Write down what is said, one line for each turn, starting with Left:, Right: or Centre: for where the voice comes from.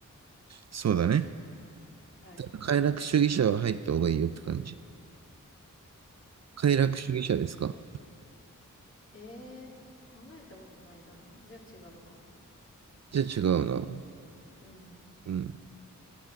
Right: そうだね。
Left: はい。
Right: 快楽主義者は入った方がいいよって感じ。快楽主義者ですか
Left: えー、考えたことないな。じゃあ違うかも。
Right: じゃあ違うな。
Left: うん。
Right: うん。